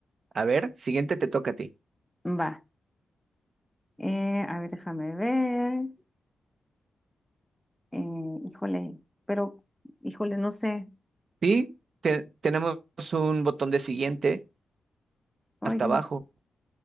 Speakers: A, on the right (about 55°); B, in the centre.
A: A ver, siguiente te toca a ti.
B: Va. Eh, a ver, déjame ver. Eh, híjole, pero, híjole, no sé.
A: Sí, te- tenemos un botón de siguiente
B: Oye,
A: hasta abajo,